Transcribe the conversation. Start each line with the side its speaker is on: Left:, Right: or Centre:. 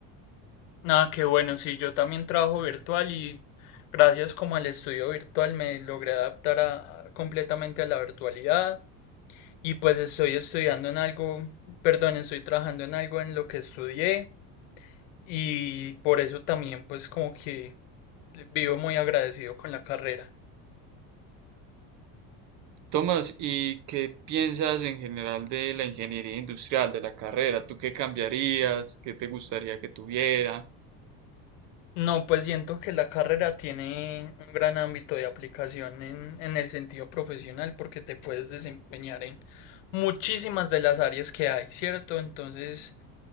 Left: Nada, que bueno, sí, yo también trabajo virtual y gracias como al estudio virtual me logré adaptar a- completamente a la virtualidad y pues estoy estudiando en algo, perdón, estoy trabajando en algo en lo que estudié y por eso también pues como que... vivo muy agradecido con la carrera.
Right: Tomás, ¿y qué piensas en general de la ingeniería industrial, de la carrera? ¿Tú qué cambiarías? ¿Qué te gustaría que tuviera?
Left: No, pues siento que la carrera tiene un gran ámbito de aplicación en, en el sentido profesional porque te puedes desempeñar en muchísimas de las áreas que hay, ¿cierto? Entonces,